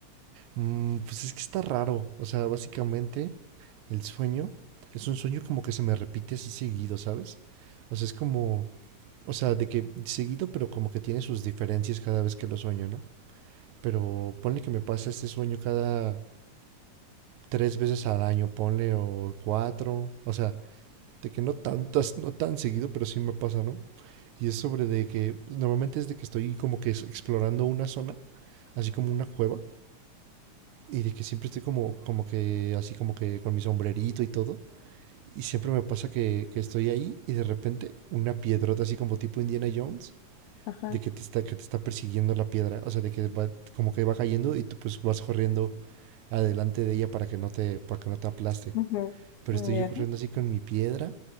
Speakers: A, on the right; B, on the left.
A: Mm, pues es que está raro. O sea, básicamente el sueño es un sueño como que se me repite así seguido, ¿sabes? O sea, es como, o sea, de que seguido, pero como que tiene sus diferencias cada vez que lo sueño, ¿no? Pero ponle que me pasa este sueño cada tres veces al año, ponle o cuatro. O sea, de que no tantas, no tan seguido, pero sí me pasa, ¿no? Y es sobre de que normalmente es de que estoy como que explorando una zona, así como una cueva, y de que siempre estoy como, como que así como que con mi sombrerito y todo. Y siempre me pasa que, que estoy ahí y de repente una piedrota así como tipo Indiana Jones
B: Ajá.
A: de que te está que te está persiguiendo la piedra, o sea, de que va, como que va cayendo y tú pues vas corriendo adelante de ella para que no te para que no te aplaste.
B: Ujú.
A: Pero estoy
B: Ya.
A: yo corriendo así con mi piedra